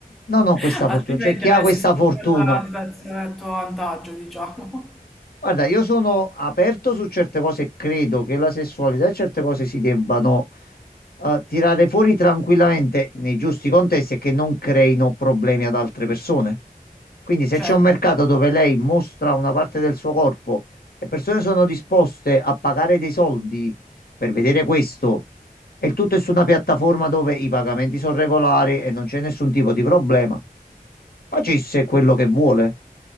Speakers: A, on the left; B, in the centre.
A: Non ho
B: <laughs>
A: questa fortuna.
B: Altrimenti
A: C'è chi
B: avresti
A: ha questa
B: sfruttato
A: fortuna.
B: la situazione a tuo vantaggio, diciamo.
A: Guarda, io sono aperto su certe cose e credo che la sessualità e certe cose si debbano eh, tirare fuori tranquillamente nei giusti contesti e che non creino problemi ad altre persone. Quindi se
B: Certo,
A: c'è un mercato dove lei mostra una parte del suo corpo e persone sono disposte a pagare dei soldi per vedere questo, e il tutto è su una piattaforma dove i pagamenti sono regolari e non c'è nessun tipo di problema, facesse quello che vuole.